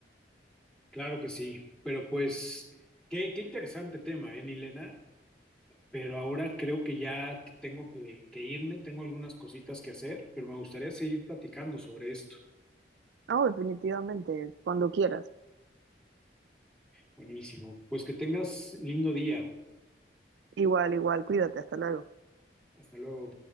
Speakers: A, in the centre; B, on the right.
A: Claro que sí, pero pues qué, qué interesante tema, ¿eh, Nilena? Pero ahora creo que ya tengo que, que irme, tengo algunas cositas que hacer, pero me gustaría seguir platicando sobre esto.
B: Ah, definitivamente, cuando quieras.
A: Buenísimo. Pues que tengas lindo día.
B: Igual, igual, cuídate, hasta luego.
A: Hasta luego.